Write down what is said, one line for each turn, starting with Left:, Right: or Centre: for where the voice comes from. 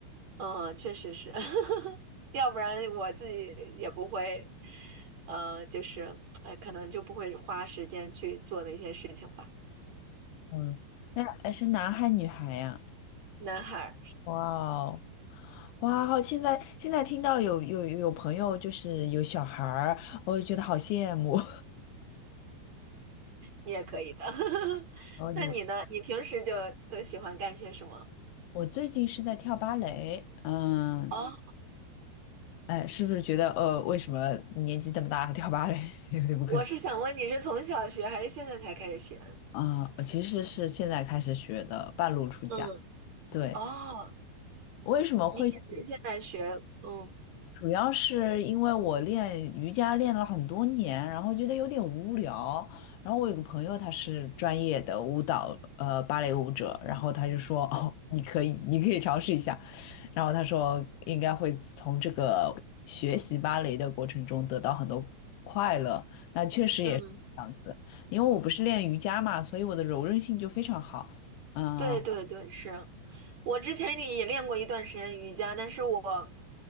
Right: 嗯，确实是，<laughs> 要不然我自己也不会，呃，就是，哎，可能就不会花时间去做那些事情吧。
Left: 嗯，那哎是男孩女孩呀？
Right: 男孩儿，
Left: 哇哦，哇哦！现在现在听到有有有朋友就是有小孩儿，我就觉得好羡慕。
Right: 你也可以的。<laughs>
Left: <laughs> 我努，
Right: 那你呢？你平时就都喜欢干些什么？
Left: 我最近是在跳芭蕾，嗯，
Right: 哦，
Left: 哎，是不是觉得呃，为什么年纪这么大还跳芭蕾，<laughs> 有点不可思议
Right: 我是想问你是从小学还是现在才开始学？
Left: 啊？我其实是现在开始学的，半路出家。
Right: 嗯，
Left: 对，
Right: 哦，
Left: 为什么会选？
Right: 你感觉现在学，嗯
Left: 主要是因为我练瑜伽练了很多年，然后觉得有点无聊。然后我有个朋友，他是专业的舞蹈，呃，芭蕾舞者，然后他就说：“哦，你可以，你可以尝试一下。”然后他说应该会从这个学习芭蕾的过程中得到很多快乐。那确实也是，
Right: 嗯。
Left: 因为我不是练瑜伽嘛，所以我的柔韧性就非常好。嗯、
Right: 对对对，是我之前也练过一段时间瑜伽，但是我